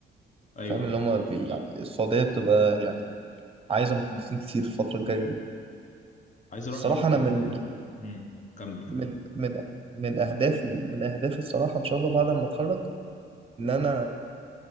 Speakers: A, on the left (about 40°); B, on the right (about 30°).
A: ايوه
B: فاهم اللي هم بي يعني السعوديه بتبقى يعني عايزه مهندسين كتير الفتره الجايه دي
A: عايز اروح
B: الصراحه
A: برضو
B: انا من يعني
A: هم. كمل كمل
B: من من من اهدافي من اهدافي الصراحه ان شاء الله بعد ما اتخرج ان انا